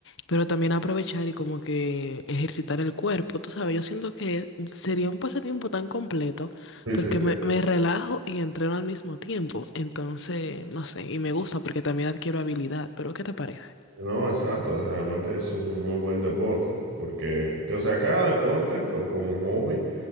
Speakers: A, on the left; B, on the right.
A: pero también aprovechar y como que ejercitar el cuerpo, tú sabes, yo siento que sería un pasatiempo tan completo
B: sí,
A: porque
B: sí. sí.
A: me, me relajo y entreno al mismo tiempo, entonces, no sé, y me gusta porque también adquiero habilidad, pero ¿qué te parece?
B: No, exacto, o sea, realmente es un muy buen deporte, porque, o sea, cada deporte co- como hobby.